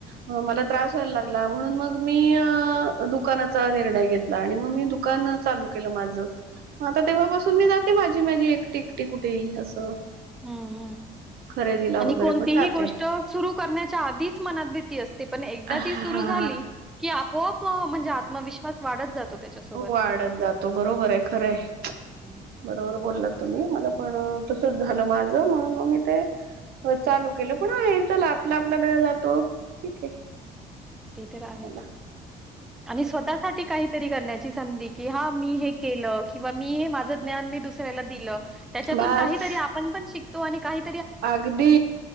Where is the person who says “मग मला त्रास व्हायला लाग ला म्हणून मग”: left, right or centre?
Right